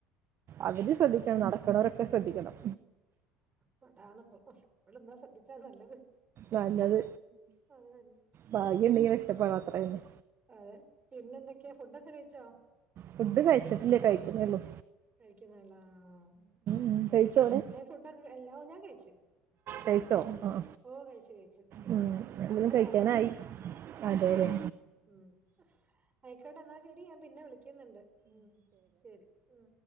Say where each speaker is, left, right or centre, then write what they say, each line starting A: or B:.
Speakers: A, on the right; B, on the right.
A: അവര് ശ്രദ്ധിക്കണം നടക്ണോരോക്കെ ശ്രദ്ധിക്കണം
B: പതാണ്പ്പം വള് ശ്രദ്ധിച്ചാ നല്ലത്
A: നല്ലത്
B: അത് തന്നെ ഉം
A: ഭാഗ്യുണ്ടെങ്കി രക്ഷപ്പെടാ അത്ര തന്നെ
B: അതെ പിന്നെ ന്തൊക്ക്യാ ഫുഡൊക്കെ കഴിച്ചോ
A: ഫുഡ് കഴിച്ചിട്ടില്ല കഴിക്കുന്നേള്ളൂ
B: കഴിക്ക്ന്നേ ള്ളാ ആഹ്
A: ഉം.
B: ആയിക്കോണ്ട
A: കഴിച്ചോടെ
B: നീ ഫുഡൊക്കെ കൈ ല്ലോ ഓ ഞാൻ കയിച്ച് ഉ
A: കഴിച്ചോ ആ
B: ഓ കഴിച്ചു കഴിച്ചു. മ്
A: ഉം, എന്തെങ്കിലും
B: ഞാ
A: കഴിക്കാനായി
B: നേരത്തെ കയ്ക്കും മ്
A: അതെ അല്ലേ
B: മ് ആയിക്കോട്ടെ ന്നാ ശെരി ഞാ പിന്നെ വിളിക്ക്ന്ന്ണ്ട് മ്ഹ് ശരി ഉം